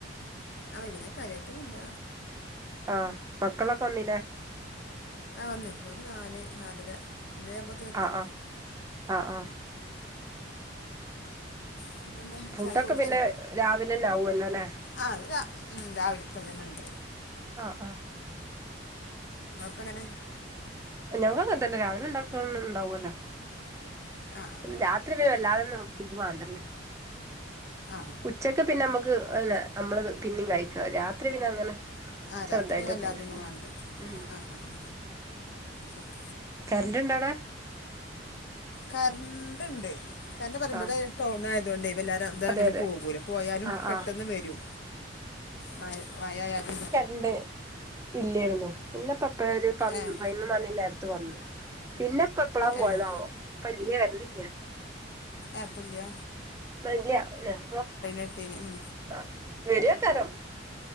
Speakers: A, on the left; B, on the right.
A: ആ വൈകുന്നേരം കാര്യമായിട്ടൊന്നുമില്ല
B: ആഹ് മക്കളൊക്കെ വന്നില്ലേ
A: ആ വന്നേ ഓല് നാല് നാലര അഞ്ചരയാകുമ്പോഴത്തേന് എത്തും
B: ആ ആ ആഹ് ആ
A: പിന്നെന്താ
B: ഫുഡൊക്കെ
A: ചായക്കെ കുടിച്ചോ
B: പിന്നെ രാവിലെന്നെ ആവുല്ലോ ല്ലേ
A: ആ അത് ഉം രാവിലത്തെ തന്നെ ണ്ട്
B: വാ
A: ങ്ങക്ക് ങ്ങനെ
B: ഞങ്ങളിങ്ങനെത്തന്നെ രാവിലെ ഉണ്ടാക്കണതെന്നെ ഉണ്ടാവല്ലോ
A: ആ ആ ആ
B: രാത്രി പിന്നെ
A: ശരി
B: വല്ലാതെന്നും ഫുഡ്‌ മാണ്ടല്ലോ
A: ആ
B: ഉച്ചക്ക് പിന്നെ അമ്മക്ക് <unintelligible>
A: രാത്രി
B: ളത് പിന്നിം കഴിക്ക രാത്രി പിന്നെ അങ്ങനെ
A: ആ
B: ചെറുതായിട്ടൊക്കെല്ലേ
A: രാത്രി വല്ലാതൊന്നും
B: ഉം
A: വേണ്ട
B: ഉം
A: ആഹ ആഹ് ശരി
B: കറന്റ് ഉണ്ടോ അവിടെ
A: കർണ്ട് ണ്ട് കാരണം പറയും ഇവിടെ
B: ആഹ്
A: ടൗണ തൊണ്ടേ എല്ലാരും അത്
B: അതെ
A: അങ്ങനെ
B: അതെ
A: പോകൂല പോയാലും
B: ആഹ്
A: പെട്ടെന്ന്
B: ആഹ്
A: വരും മയ മഴയാലും
B: ണ്ട് ഇല്ലായിരുന്നു പിന്നെ പ്പ ഇപ്പൊ ഒരു പന്ന്
A: ഏഹ്
B: പയ്ന്ന് മണി നേരത്തി ത്തു വന്നു പ്പ പ്പളാ പോയതാവം
A: ഏഹ്
B: പ്പ ല്ല <unintelligible> <unintelligible>
A: ആപ്പ് ല്ല്യ
B: ഇല്ല ഞപ്പ
A: കേട്ടീനി ഉം
B: ആ വരൂയ്ക്കാരം